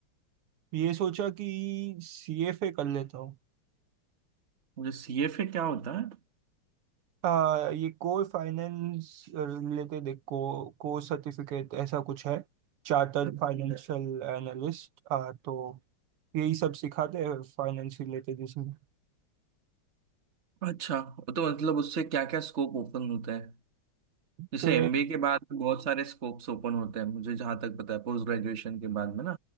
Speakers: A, on the right; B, on the right.
A: ये सोचा कि सीएफए कर लेता हूँ
B: मुझे सीएफए क्या होता है
A: हाँ ये कोर फाइनेंस रिलेटेड एक को, कोर्स सर्टिफिकेट ऐसा कुछ है चार्टर्ड फाइनेंशियल एनालिस्ट हाँ, तो यही सब सिखाते हैं फाइनेंस रिलेटेड इसमें
B: अच्छा तो मतलब उससे क्या क्या स्कोप ओपन होता है जैसे
A: तो
B: एमबीए के बाद भी बहुत सारे स्कोप्स ओपन होते हैं मुझे जहाँ तक पता है पोस्ट ग्रेजुएशन के बाद में ना